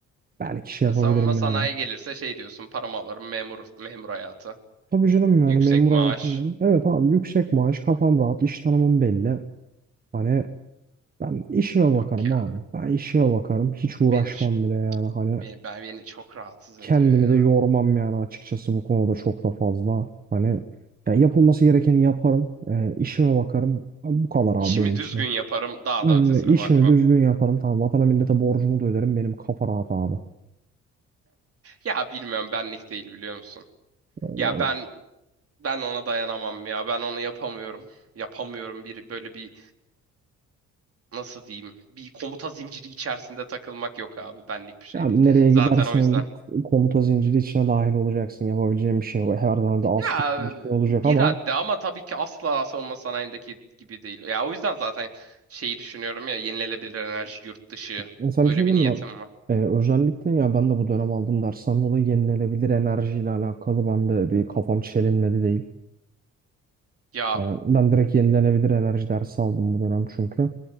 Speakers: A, on the right; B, on the right.
A: Belki şey
B: Ya
A: yapabilirim
B: savunma sanayi
A: yani.
B: gelirse şey diyorsun paramı alırım memur memur hayatı.
A: Tabii canım yani
B: Yüksek
A: memur
B: maaş.
A: hayatından. Evet abi yüksek maaş kafam rahat iş tanımım belli. Hani ben işime
B: Yok
A: bakarım
B: ya.
A: abi. Ben işime bakarım. Hiç uğraşmam
B: Beni şu-
A: bile yani. Hani
B: beni ben beni çok rahatsız ediyor
A: Kendimi
B: ya.
A: de yormam yani açıkçası bu konuda çok da fazla. Hani ya yapılması gerekeni yaparım. E, işime bakarım. Bu kadar abi
B: İşimi
A: benim
B: düzgün
A: için. ya.
B: yaparım. Daha da
A: E,
B: ötesine
A: işimi
B: bakmam.
A: düzgün yaparım. Tamam vatana millete borcumu da öderim. Benim kafa rahat abi.
B: Ya bilmiyorum benlik değil biliyor musun?
A: Öyle
B: Ya
A: abi.
B: ben ben ona dayanamam ya. Ben onu yapamıyorum. Yapamıyorum bir böyle bir nasıl diyeyim? Bir komuta zinciri içerisinde takılmak yok abi. Benlik bir şey
A: Abi
B: değil.
A: nereye
B: Zaten
A: gidersen
B: o yüzden
A: git komuta zinciri içine dahil olacaksın. Yapabileceğin bir şey yok. Her zaman bir
B: Ya
A: az tut bir şey olacak
B: bir
A: ama
B: haddi ama tabii ki asla savunma sanayindeki gibi değil. Ya o yüzden zaten şeyi düşünüyorum ya yenilenebilir enerji yurt dışı
A: insan
B: böyle
A: bir şey
B: bir
A: değil
B: niyetim
A: mi?
B: var.
A: E, özellikle ya ben de bu dönem aldım dersten dolayı yenilenebilir enerjiyle alakalı ben de bir kafam çelinmedi değil.
B: Ya
A: Yani ben direkt yenilenebilir enerji dersi aldım bu dönem çünkü.